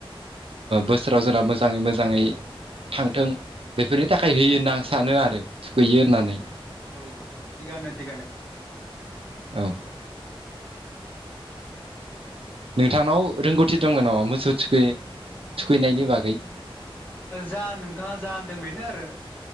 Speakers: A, on the left; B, on the right.
A: औ
B: बोसोर जेराव मोजाङै मोजाङै मोजाङै थांथों बेफोरनि थाखाय होयो होनना आं सानो आरो थुखैयो होननानै
A: औ थिगानो थिगानो
B: औ नोंथांनाव रोंगौथि दङ न' मोसौ थुखै थुखैनायनि बागै
A: जा नोंथाङा जा होनदों बेनो आरो